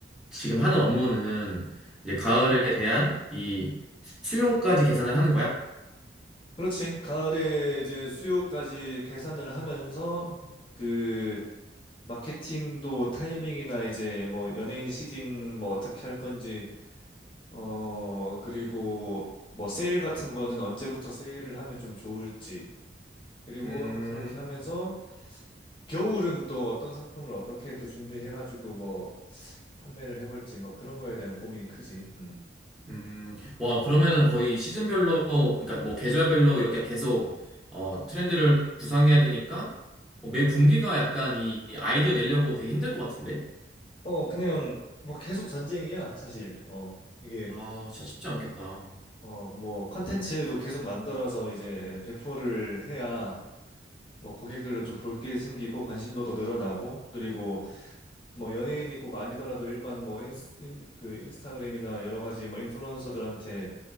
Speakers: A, in the centre; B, on the left.
A: 지금 하는 업무는 이제 가을에 대한 이
B: 음.
A: 수요까지 계산을 하는 거야?
B: 그렇지. 가을에 이제 수요까지 계산을 하면서 그 마케팅도 타이밍이나 이제 뭐 연예인 시딩 뭐 어떻게 할 건지 어 그리고 뭐 세일 같은 거는 언제부터 세일을 하면 좀 좋을지 그리고
A: 음,
B: 그렇게 하면서 겨울은 또 어떤 상품을 어떻게 또 준비해가지고 뭐 판매를 해볼지 뭐 그런 거에 대한 고민이 크지. 음.
A: 음, 와, 그러면은 거의 시즌별로, 그러니까 뭐 계절별로 이렇게 계속 어, 트렌드를 구상해야 되니까 어, 매 분기가 약간 이 아이디어 내려고 되게 힘들 것 같은데?
B: 어 그냥 뭐 계속 전쟁이야 사실. 어 이게
A: 아, 진짜 쉽지 않겠다.
B: 어, 뭐 컨텐츠도 계속 만들어서 이제 배포를 해야 뭐 고객들도 좀 볼 게 생기고 관심도도 늘어나고 그리고 뭐 연예인이 꼭 아니더라도 일반 뭐 인스, 인- 그 인스타그램이나 여러 가지 뭐 인플루언서들한테